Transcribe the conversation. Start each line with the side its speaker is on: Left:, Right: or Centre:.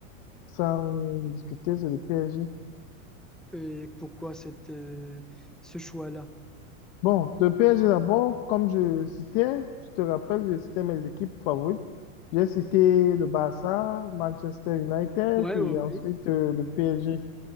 Left: sans discuter, c'est le PSG.
Centre: Et pourquoi cette, euh, ce choix-là?
Left: Bon, le PSG d'abord, comme je citais, je te rappelle, je citais mes équipes favorites. J'ai cité le Barça, Manchester United
Centre: Ouais,
Left: et
Centre: ouais, ouais.
Left: ensuite euh, le PSG.